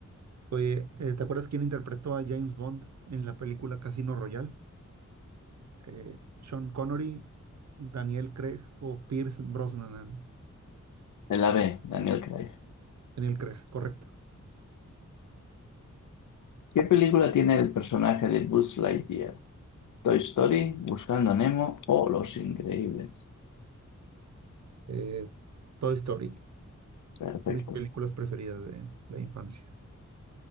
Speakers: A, on the right; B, on the left.
A: Oye, eh, ¿te acuerdas quién interpretó a James Bond en la película Casino Royale? Eh, Sean Connery, Daniel Craig o Pierce Brosnan.
B: En la B, Daniel Craig.
A: Daniel Craig, correcto.
B: ¿Qué película tiene el personaje de Buzz Lightyear? Toy Story, Buscando a Nemo o Los Increíbles.
A: Eh, Toy Story,
B: Perfecto.
A: de mis películas preferidas de la infancia.